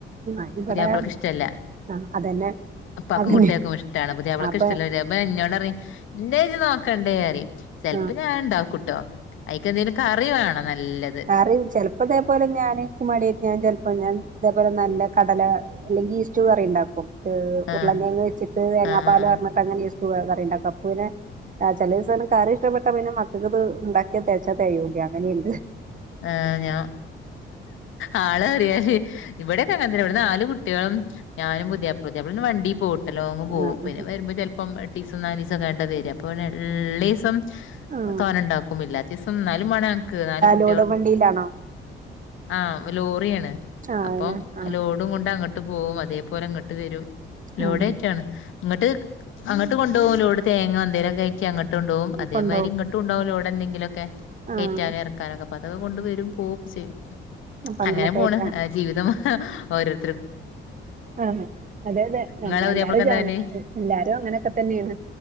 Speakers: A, on the right; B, on the left.
A: ഇമ്മാഞ് ഇബടെ
B: പുതിയാപ്പളക്ക്
A: ആ
B: ഇഷ്ടല്ല
A: അതന്നെ
B: ഉപ്പാക്കും
A: അതന്നെ
B: കുട്ടികൾക്കും ഇഷ്ടാണ് പ്പതേ അവളക്ക്
A: അപ്പൊ
B: ഇഷ്ടല്ല ര പ്പ ന്നോട് റി എന്റെ ഇത് നോക്കണ്ടേറിയും ചെലപ്പ
A: ആഹ്
B: ഞാൻ ഇണ്ടാക്കുംട്ടോ അയിക്കെന്തേിലും കറി വേണം നല്ല
A: കറിം ചെലപ്പോതേപോലെ ഞാന് ക്കു മടിക്കാണ് ചെലപ്പോ ഞാൻ തേപോലെ നല്ല കടല അല്ലെങ്കി ഇഷ് ടുക്കറി ഇണ്ടാക്കും എ്
B: ആഹ്
A: ഉരുളകിഴങ്ങ് വച്ചിട്ട് തേങ്ങാ
B: ആഹ്
A: പാല്
B: ആഹ്
A: പാർന്നിട്ടങ്ങനെ ഇസ് ടു കറിണ്ടാക്കും അപ്പുനെ ആ ചെലീസാണ് കറി ഇഷ്ടപ്പെട്ടാ പിന്നെ മക്കൾക്ക് ഇത് ഇണ്ടാക്കിയ തേച്ചാ തെകയൂല അങ്ങനീണ്ട്
B: ആ ഞാ ആള് ഏറിയാല് ഇവിടെക്കെ അങ്ങനെ തന്നെ ഇവിടെ നാല് കുട്ട്യാളും ഞാനും പുതിയാപ്പളിം പുതിയാപ്പിള പിന്നെ വണ്ടി പോവുട്ട ലോങ്ങും പോവും
A: ആഹ്
B: പിന്നെ
A: ആഹ്
B: വരുമ്പോ ചെലപ്പം ര ണ്ടീസം നാലീസം കഴിഞ്ഞിട്ട വര അപ്പ പിന്നെള്ളിസം
A: ആഹ്
B: തോരൻ ഇണ്ടാക്കും ഇല്ലാത്തീസം ന ഒരു മണിയംക്ക് ആര് കുട്ട
A: തൂടെവണ്ടിലാണോ
B: ആഹ് ലോറിയാണ്
A: ആഹ്
B: അപ്പം
A: ആഹ്
B: ലോഡും കൊണ്ട് അങ്ങട്ട് പോവും അതേപോലെ ഇങ്ങട്ട് വരും ലോഡേറ്റാണ്
A: ആഹ്
B: ഇങ്ങട്ട് അങ്ങട്ട് കൊണ്ടോവും ലോഡ് തേങ്ങ എന്തേലൊക്കെയറ്റി അങ്ങോ ഇുണ്ടകും അതേമാതിരി കൊണ്ടോവും അതേമാരി
A: കൊണ്ടോവും
B: ഇങ്ങട്ടുംണ്ടാവും ലോഡെ ന്തെലൊക്കെ
A: ആഹ്
B: കേറ്റാനും ഇറക്കാനൊക്കെ പ്പതൊക്കെ കൊണ്ട് വരും പോവുക്കെ ചെയ്യും
A: അപ്പൊ അങ്ങനൊക്കായിട്ടാ
B: അങ്ങനെ പോണ് ജീവിതം ഓരോരു
A: ആഹ് മെ അതെതെ
B: നിങ്ങളെ
A: നമ്മ
B: പുതിയാപ്പളക്ക്
A: എല്ലാരും
B: എന്താ
A: ജാങ
B: പണി
A: എല്ലാരും അങ്ങനൊക്കെ തന്നെണ്